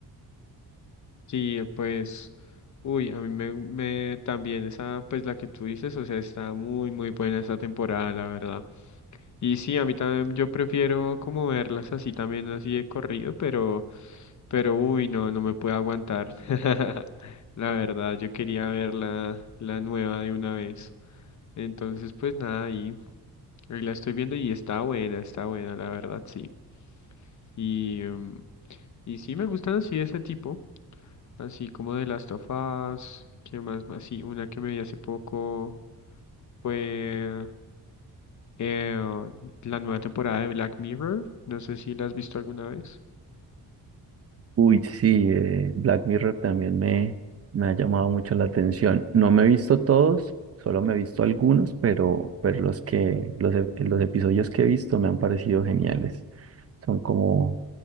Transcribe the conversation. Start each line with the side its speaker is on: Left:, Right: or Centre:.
Left: Sí, pues, uy, a mí me, me también esa, pues la que tú dices, o sea, está muy, muy buena esta temporada, la verdad. Y sí, a mí también, yo prefiero como verlas así también, así de corrido, pero, pero, uy, no, no me puedo aguantar. <laughs> La verdad, yo quería ver la, la nueva de una vez. Entonces, pues nada, ahí, ahí la estoy viendo y está buena, está buena, la verdad, sí. Y, em, y sí, me gustan así ese tipo. Así como de Last of Us, ¿qué más? Así, una que me vi hace poco fue eh, la nueva temporada de Black Mirror. No sé si la has visto alguna vez.
Right: Uy, sí, eh, Black Mirror también me, me ha llamado mucho la atención. No me he visto todos, solo me he visto algunos, pero, pero los que, los, e- los episodios que he visto me han parecido geniales. Son como